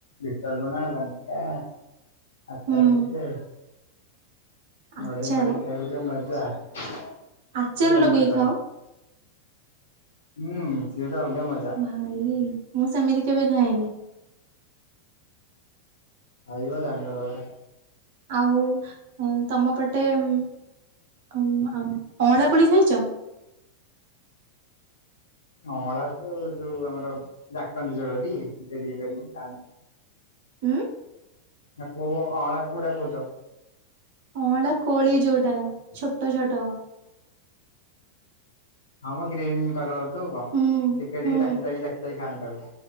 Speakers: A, on the left (about 70°); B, on the right (about 50°).
A: ବିଟ ଲୁଣ, ଲଙ୍କା ଆଚାର
B: ହୁଁ
A: ଟିକେ
B: ଆଚାର
A: ମଡେଇ-ମଡେଇ ଖାଇିବୁ ଯୋଉ ମଜା ଯଉ
B: ଆଚାର
A: ଲେମ୍ବୁ
B: ଲଗେଇ
A: ଆଚାର
B: ଖାଅ?
A: ହୁଁ ସିଏ ତ ଅଲଗା ମଜା
B: ଭାଇ ମୁଁ ସେମିତି କେବେ ଖାଇନି
A: ଖାଇବ ଜାଣିବ ତା ପରେ
B: ଆଉ ଉଁ ତମ ପଟେ ଉଁମ୍ ଆମ୍ ଅଁଳା କୋଳି ଖାଇଛ
A: ଅଁଳା ତ ଯୋଉ ଆମର ଡାକନ୍ତି ଜଳ ଟି ଟିକେ- ଟିକେ କରିକି ଖାଆନ୍ତି
B: ଉଁ
A: ନା କୋଉ ଅଁଳା କୋଉଟା କୋଉଚ
B: ଅଁଳା କୋଳି ଯୋଉଟା ଛୋଟ-ଛୋଟ
A: ହଁ ମ ଗ୍ରୀନ୍ କଲର ତୋ ଉଁ କଁ
B: ହୁଁ।
A: ଟିକେ
B: ହୁଁ
A: ଟିକେ ଚାକି, ଚାକି- ଚାକି, ଚାକି ଖାନ୍ତି ତାକୁ